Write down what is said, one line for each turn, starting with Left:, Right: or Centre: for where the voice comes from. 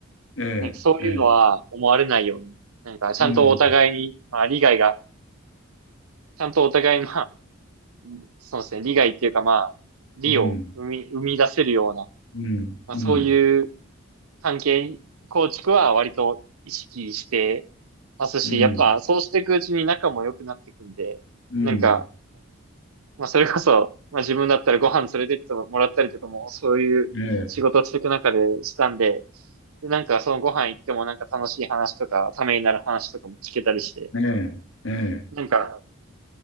Left: ええ、
Right: なんかそういうのは思われないように、
Left: ええ、
Right: なんかちゃんとお互いに、
Left: うん、
Right: まあ理解が、ちゃんとお互いにまあそうですね、利害っていうかまあ、利を生み、
Left: うん、
Right: 生み出せるような、
Left: うん、
Right: まあそういう
Left: うん、
Right: 関係構築は割と意識してますし、
Left: うん。
Right: やっぱそうしていくうちに仲も良くなっていくんで、
Left: うん。
Right: なんか、まあそれこそ、まあ自分だったらご飯連れてってもらったりとかも、そういう仕事をしていく中でしたんで、
Left: ええ、
Right: で、なんかそのご飯行ってもなんか楽しい話とか、ためになる話とかも聞けたりして、
Left: ええ、ええ。
Right: なんか、